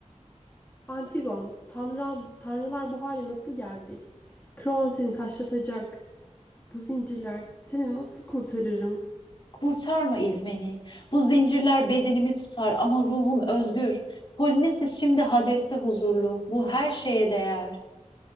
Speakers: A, on the left; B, on the left.
A: Antigon, tanrı, tanrılar bu hale nasıl geldik? Kroon seni taşlatacak. Bu zincirler seni nasıl kurtarırım?
B: Kurtarma İzmeni. Bu zincirler bedenimi tutar ama ruhum özgür. Polonezis şimdi Hades'te huzurlu. Bu her şeye değer.